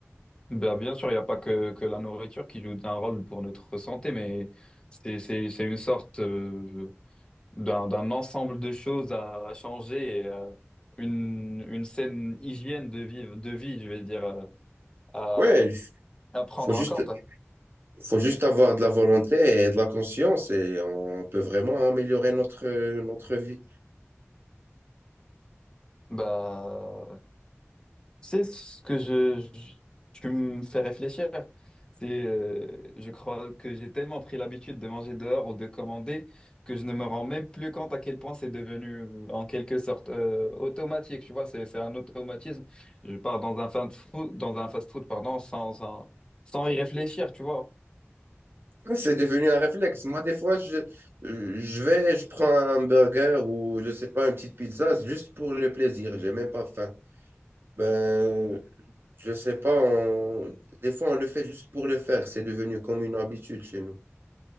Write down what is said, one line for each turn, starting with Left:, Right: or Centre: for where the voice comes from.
Left: Ben, bien sûr, il n'y a pas que, que la nourriture qui joue un rôle pour notre santé, mais c'est, c'est, c'est une sorte euh, d'un, d'un ensemble de choses à, à changer et euh, une, une saine hygiène de vie, de vie, je vais dire, euh, à,
Right: Ouais, il
Left: à prendre
Right: faut
Left: en
Right: juste,
Left: compte.
Right: faut juste avoir de la volonté et de la conscience et on peut vraiment améliorer notre, notre vie.
Left: Bah, C'est ce que je, je- tu me fais réfléchir, c'est, euh, je crois que j'ai tellement pris l'habitude de manger dehors ou de commander que je ne me rends même plus compte à quel point c'est devenu en quelque sorte euh, automatique. Tu vois, c'est, c'est un automatisme. Je pars dans un fast food, dans un fast food, pardon, sans, sans, sans y réfléchir, tu vois.
Right: Ouais, C'est devenu un réflexe. Moi, des fois, je, je vais, je prends un burger ou, je sais pas, une petite pizza juste pour le plaisir. J'ai même pas faim. Ben, je sais pas, on- des fois, on le fait juste pour le faire. C'est devenu comme une habitude chez nous.